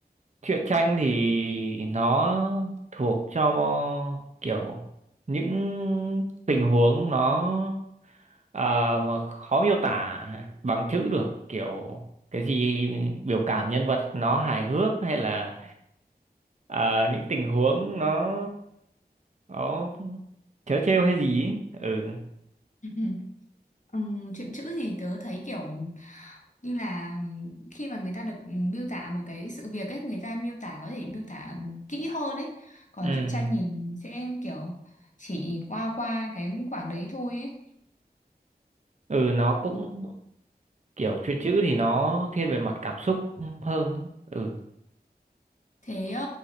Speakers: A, on the right; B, on the left.
A: Truyện tranh thì nó thuộc cho kiểu những tình huống nó ờ, mà khó miêu tả bằng chữ được, kiểu cái gì biểu cảm nhân vật nó hài hước hay là ờ, những tình huống nó nó trớ trêu hay gì ấy. ừ
B: <laughs> Ừm, chuyện chữ thì tớ thấy kiểu như là khi mà người ta được miêu tả một cái sự việc ấy người ta miêu tả có thể miêu tả kỹ hơn ấy còn
A: ừ
B: truyện tranh nhìn sẽ kiểu chỉ qua qua cái khoảng đấy thôi ấy
A: ừ nó cũng
B: Ừm.
A: kiểu truyện chữ thì nó thiên về mặt cảm xúc hơn ừ
B: thế ờ,